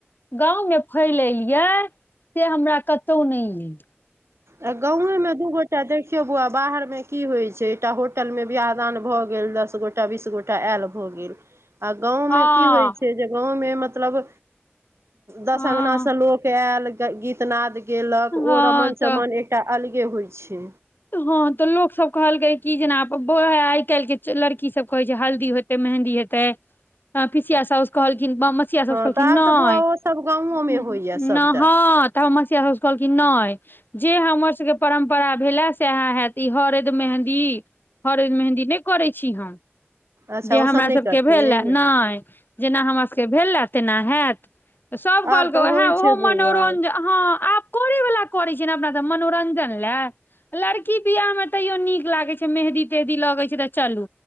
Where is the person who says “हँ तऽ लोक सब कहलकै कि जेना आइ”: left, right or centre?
Left